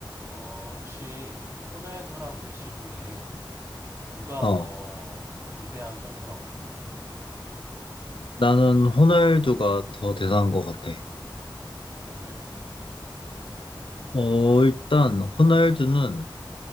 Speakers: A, on the right; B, on the left.
A: 어, 혹시 호날두랑 메시 중에 누가
B: 어,
A: 더 위대한 선수라고 생각해?
B: 나는 호날두가 더 대단한 것 같아.
A: 어, 왜?
B: 어, 일단 호날두는